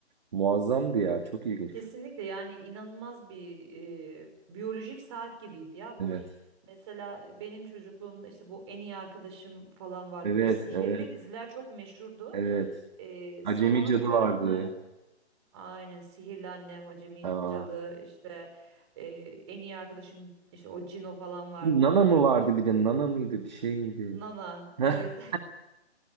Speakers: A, on the right; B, on the right.
A: Muazzamdı ya, çok ilginç.
B: Kesinlikle yani inanılmaz bir e, biyolojik saat gibiydi ya bu.
A: Evet.
B: Mesela benim çocukluğumda işte bu en iyi arkadaşım falan var
A: Evet,
B: Böyle sihirli
A: evet,
B: diziler çok meşhurdu.
A: evet.
B: E,
A: Acemi
B: sabahın
A: Cadı
B: köründe
A: vardı.
B: Aynen sihirli annem, acemi
A: Ha.
B: cadı işte e, en iyi arkadaşım işte o Cino falan vardı.
A: Bir Nana mı vardı bir de Nana mıydı bir şey miydi?
B: Nana
A: <laughs>
B: evet